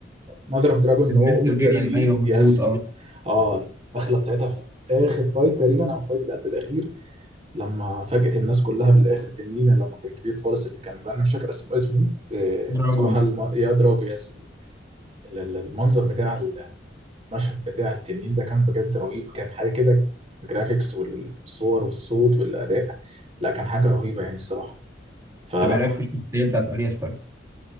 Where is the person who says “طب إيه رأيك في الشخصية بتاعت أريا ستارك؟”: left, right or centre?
Right